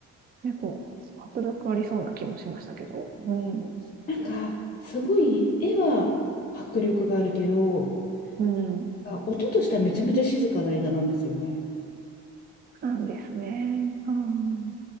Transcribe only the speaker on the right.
結構、迫力ありそうな気もしましたけど。うん。
うん。
なんですね。うん。